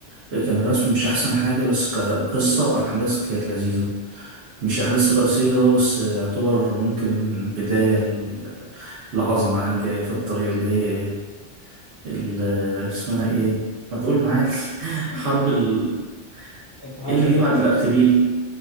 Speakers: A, on the right; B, on the left.
A: كان الرسم مش أحسن حاجة بس كقصة وأحداث كانت لذيذة مش أحداث رئيسية آه، بس يعتبر ممكن بداية ل- العظمة يعني جاية في الطريق اللي هي إيه اللي اسمها إيه ما تقول معايا <laughs>
B: <laughs>
A: حرب ال...
B: انت حرب
A: إيه اللي جه بعد الأرخبيل